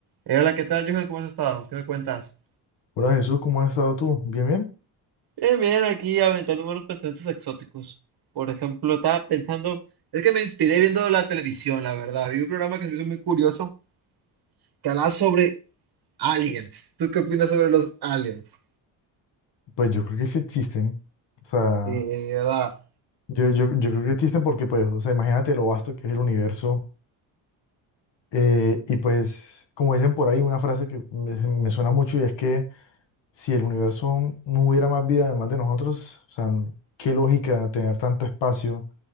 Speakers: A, on the right (about 55°); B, on the left (about 70°).
A: Eh, hola, ¿qué tal, Johan? ¿Cómo has estado? ¿Qué me cuentas?
B: Hola Jesús, ¿cómo has estado tú? ¿Bien, bien?
A: Bien, bien, aquí aventando buenos pensamientos exóticos. Por ejemplo, estaba pensando, Es que me inspiré viendo la televisión, la verdad. Vi un programa que se me hizo muy curioso que hablaba sobre aliens. ¿Tú qué opinas sobre los aliens?
B: Pues yo creo que sí existen. O sea,
A: Sí, ¿verdad?
B: yo, yo, yo creo que existen porque, pues, o sea, imagínate lo vasto que es el universo. eh, y pues, como dicen por ahí, una frase que me, me suena mucho y es que si el universo no hubiera más vida además de nosotros, o sea, qué lógica tener tanto espacio